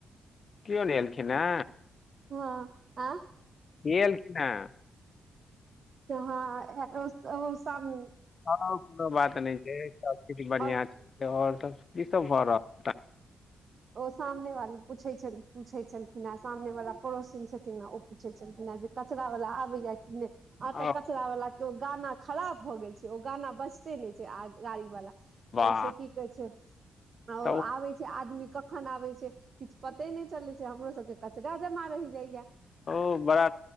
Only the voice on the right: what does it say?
हँ आ
हँ ओ सब
आओर
ओ सामने वाली पूछै पूछै छलखिन ह सामने वला पड़ोसिन छथिन ह ओ पूछै छलखिन हे जे कचरा वाला आबैया कि नहि आ
तऽ कचरा वला केओ गाना खराब भऽ गेल छै ओ गाना बजते नहि छै गाड़ी वाला
ओ से की कहै छै आ
आबै छै आदमी कखन आबै छै किछु पते नहि चलै छै हमरो सब के कचरा जमा रहि जाय‌ या